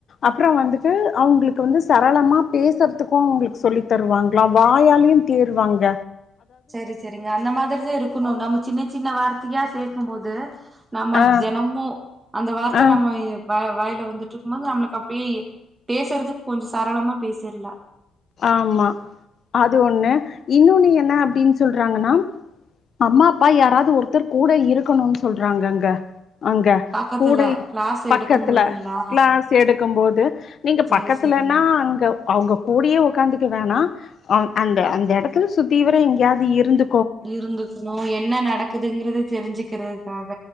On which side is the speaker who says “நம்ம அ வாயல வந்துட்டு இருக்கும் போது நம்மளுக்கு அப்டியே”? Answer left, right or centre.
Right